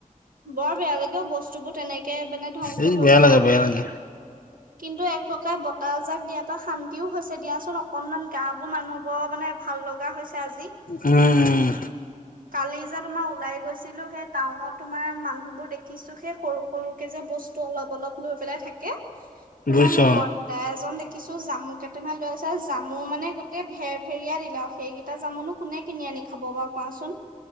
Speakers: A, on the right; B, on the left.
A: বৰ বেয়া লাগে অ বস্তুবোৰ তেনেকে মানে ধ্বংস
B: এই
A: হৈ
B: বেয়া
A: গলে
B: লাগে বেয়া লাগে
A: কিন্তু এক প্ৰকাৰে বতাহজাক দিয়াৰ পৰা শান্তিও হৈছে দিয়া অকনমান গা বোৰ মানুহবোৰৰ মানে ভাল লগা হৈছে আজি
B: উম উম
A: কালিযে তুমাৰ <inaudible> ওলাই গৈছিলো সেই টাউনত তোমাৰ মানুহ বোৰ দেখিছো সেই সৰু সৰুকে যে বস্তু অলপ অলপ লৈ পেলাই থাকে তুমাৰ
B: বুজিছো
A: সেই
B: অ
A: বৰ্তা এজন দেখিছো জামু কেইটামান লৈ আছ জামু মানে গোটেই ভেৰ ভেৰিয়া দিলে সেইকেইটা জামুনো কোনে কিনি আনি খাব বাৰু কোৱাচোন